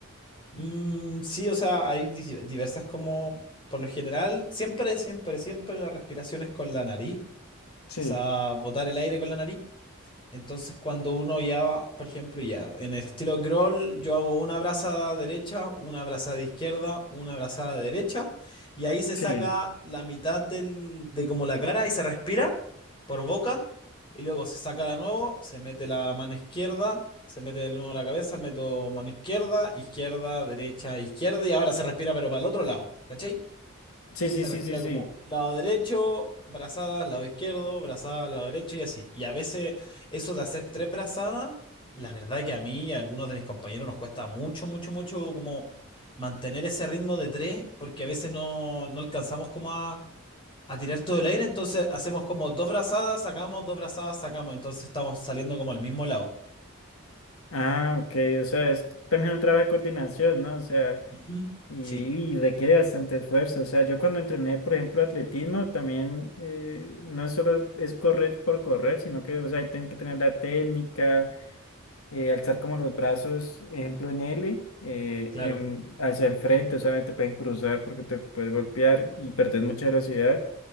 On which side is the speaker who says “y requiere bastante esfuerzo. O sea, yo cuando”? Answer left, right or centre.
Left